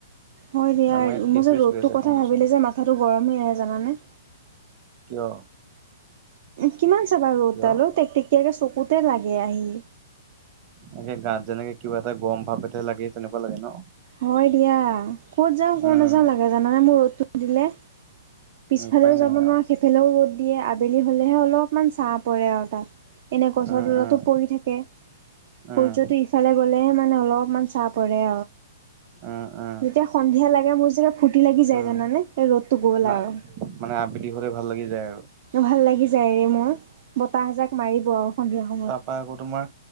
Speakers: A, on the right; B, on the right.
A: হয় দিয়া
B: আমাৰ ইয়াত সেইটোৱে
A: মোৰ যে ৰ'দটোৰ
B: চলি আছে
A: কথা
B: কণ্ডিচন
A: ভাবিলে যে মাথাটো গৰমে হৈ আহে জানানে।
B: কিয়?
A: কিমান চাবা ৰ'দডালো
B: কিয়
A: টেক টেকীয়াকৈ চকুতে লাগে আহি।
B: এনেকে গাত যেনেকে কিবা এটা গৰম ভাপ এটাহে লাগে তেনেকুৱা লাগে ন।
A: হয় দিয়া ক'ত যাওঁ ক'ত
B: উম
A: নাযাওঁ লাগে জানানে মোৰ ৰ'দটো দিলে। পিছফালেও
B: উপায় নাই
A: যাব নোৱাৰা
B: আৰু
A: সেইফালেও ৰ'দ দিয়ে আবেলি হ'লেহে অলপমান ছাঁ পৰে আৰু তাত। এনে গছৰ
B: উম
A: তলতো
B: উম
A: পৰি থাকে
B: উম
A: সূৰ্যটো ইফালে গলেহে মানে অলপমান চা পৰে।
B: উম, উম।
A: যেতিয়া সন্ধিয়া লাগে মোৰ যোগে ফূৰ্তি লাগি যায়
B: উম
A: জানানে এই ৰ'দটো গ'ল
B: না
A: আৰু।
B: মানে আবেলি হ'লে ভাল লাগি যায় আৰু।
A: ভাল লাগি যায়ৰে মোৰ বতাহজাক মাৰিব আৰু সন্ধিয়া সময়ত।
B: বা আকৌ তোমাৰ